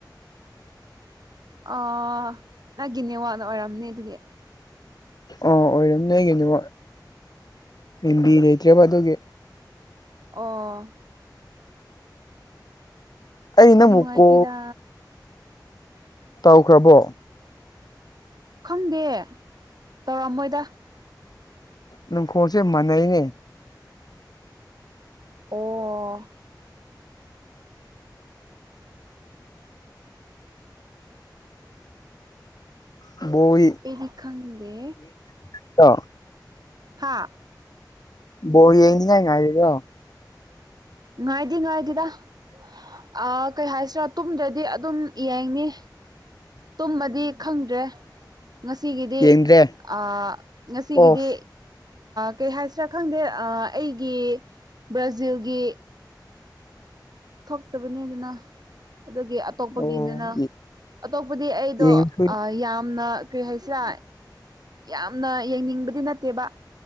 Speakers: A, on the right; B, on the left.
A: ꯑꯥ ꯅꯪꯒꯤ ꯅꯦꯋꯥꯛꯅ ꯑꯣꯏꯔꯝꯅꯦ ꯑꯗꯨꯗꯤ
B: ꯑꯣ ꯑꯣꯏꯔꯝꯅꯦ ꯀꯩꯅꯕ ꯌꯤꯕꯤ ꯂꯩꯇ꯭ꯔꯦꯕ ꯑꯗꯨꯒꯤ
A: ꯑꯣ
B: ꯑꯩ ꯅꯪꯕꯨ
A: ꯅꯨꯡꯉꯥꯏꯇꯦꯗ
B: ꯀꯣ ꯇꯧꯈ꯭ꯔꯥꯕꯣ
A: ꯈꯪꯗꯦ ꯇꯧꯔꯝꯃꯣꯏꯗ
B: ꯅꯈꯣꯁꯦ ꯃꯥꯅꯩꯅꯦ
A: ꯑꯣ
B: ꯑꯣ ꯏ
A: ꯑꯩꯗꯤ ꯈꯪꯗꯦ
B: ꯌꯦꯡꯗ꯭ꯔꯣ
A: ꯍꯥ
B: ꯕꯣꯜ ꯌꯦꯡꯅꯤꯡ ꯉꯥꯏ ꯉꯥꯏꯔꯤꯕ꯭ꯔꯥ
A: ꯉꯥꯏꯗꯤ ꯉꯥꯏꯗꯦꯗꯑꯥ ꯀꯩ ꯍꯥꯏꯁꯤꯔꯥ ꯇꯨꯝꯗ꯭ꯔꯗꯤ ꯑꯗꯨꯝ ꯌꯦꯡꯅꯤ ꯇꯨꯝꯃꯗꯤ ꯈꯪꯗ꯭ꯔꯦ ꯉꯁꯤꯒꯤꯗꯤ
B: ꯌꯦꯡꯗ꯭ꯔꯦ
A: ꯑꯥ ꯉꯁꯤꯒꯤꯗꯤ
B: ꯑꯣꯐ
A: ꯀꯩ ꯍꯥꯏꯁꯤꯔꯥ ꯈꯪꯗꯦ ꯑꯩꯒꯤ ꯕ꯭ꯔꯥꯖꯤꯜꯒꯤ ꯊꯣꯛꯇꯕꯅꯤꯅ ꯑꯗꯨꯒꯤ ꯑꯇꯣꯞꯄꯒꯤꯅꯤꯅ
B: ꯑꯣ
A: ꯑꯇꯣꯞꯄꯗꯤ ꯑꯩꯗꯣꯑꯥ
B: ꯌꯦꯡꯕ
A: ꯌꯥꯝꯅ ꯀꯩ ꯍꯥꯏꯁꯤꯔꯥ ꯌꯥꯝꯅ ꯌꯦꯡꯅꯤꯡꯕꯗꯤ ꯅꯠꯇꯦꯕ